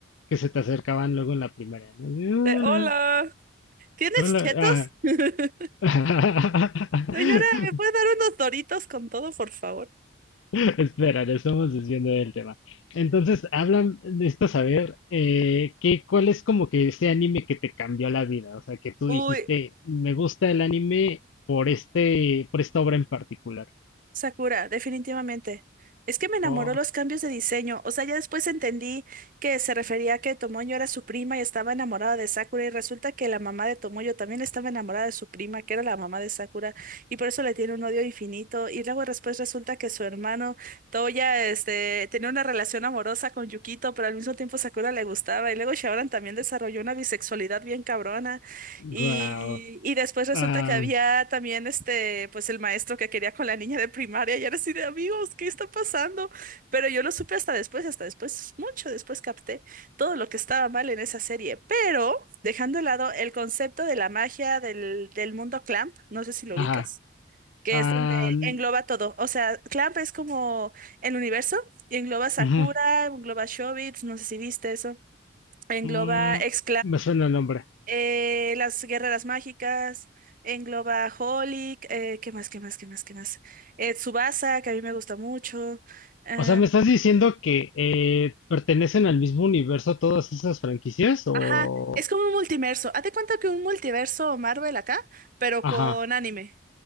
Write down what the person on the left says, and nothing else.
que se te acercaban luego en la primaria, ¿no? Y, Hola,
hola,
ah.
<laughs>
<laughs> Espera, le estamos desviando del tema. Entonces, hablan, necesito saber eh, qué, cuál es como que ese anime que te cambió la vida. O sea, que tú
dijiste, me gusta el anime por este, por esta obra en particular.
Oh,
wow.
Am,
ajá.
Am,
ujú,
mm,
me suena el nombre.
O sea, ¿me estás diciendo que eh, pertenecen al mismo universo todas esas franquicias? O,
ajá.